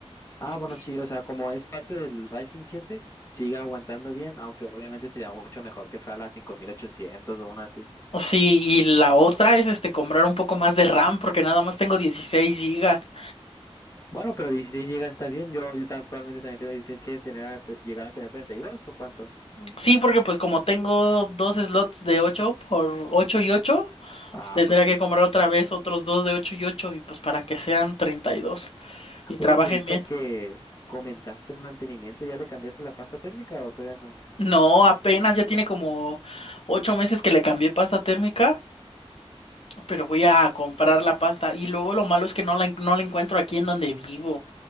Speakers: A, on the left; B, on the left.
A: Ah, bueno,
B: Y-
A: sí, o sea, como es parte del Ryzen 7 sigue aguantando bien. Aunque obviamente sería mucho mejor que fuera la 5800 o una así.
B: O sí, y la otra es este comprar un poco más de RAM porque nada más tengo 16 gigas.
A: Bueno, pero dieciséis GB está bien. Yo, yo ta- actualmente también tengo 16. ¿Quieres tener a- te- llegar a tener 32 o cuánto?
B: Sí, porque pues como tengo dos slots de 8 por 8 y 8,
A: Ah,
B: tendría
A: pues sí.
B: que comprar otra vez otros dos de 8 y 8 y pues para que sean treinta y dos y trabajen
A: Oye, y ahorita
B: bien.
A: que comentaste el mantenimiento, ¿ya le cambiaste la pasta térmica o todavía no?
B: No, apenas ya tiene como 8 meses que le cambié pasta térmica, pero voy a comprar la pasta y luego lo malo es que no la, en- no la encuentro aquí en donde vivo.